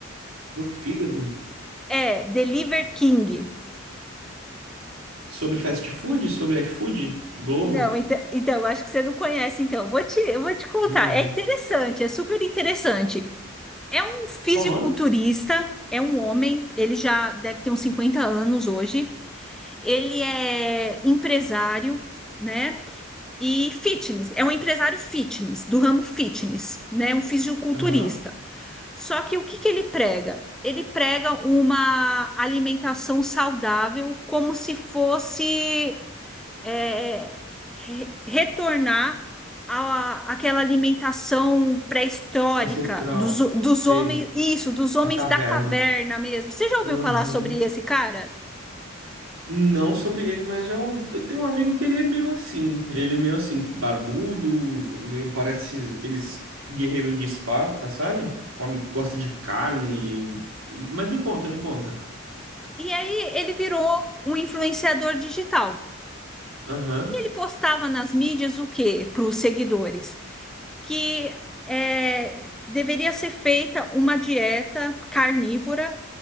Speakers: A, on the right (about 80°); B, in the centre.
A: Do fígado?
B: É, Deliver King.
A: Sobre fast food? Sobre iFood? Globo?
B: Não, então, então, acho que você não conhece, então. Vou te, eu vou te contar.
A: Não.
B: É interessante, é super interessante. É um fisiculturista,
A: Qual o nome?
B: é um homem, ele já deve ter uns 50 anos hoje. Ele é empresário, né? E fitness, é um empresário fitness, do ramo fitness, né? Um fisiculturista.
A: Aham.
B: Só que o que que ele prega? Ele prega uma alimentação saudável, como se fosse é, re- retornar à- àquela alimentação pré-histórica
A: Ancestral.
B: dos, dos
A: Sei.
B: homens, isso, dos homens
A: Da caverna.
B: da caverna mesmo. Você já ouviu
A: Aham.
B: falar sobre esse cara?
A: Não sobre ele, mas já ouvi- eu tenho um amigo que ele é meio assim. Ele é meio assim, barbudo, meio parece aqueles guerreiros de Esparta, sabe? Come, gosta de carne. e- Mas me conta, me conta.
B: E aí ele virou um influenciador digital.
A: Aham.
B: E ele postava nas mídias o quê para os seguidores? que é, deveria ser feita uma dieta carnívora,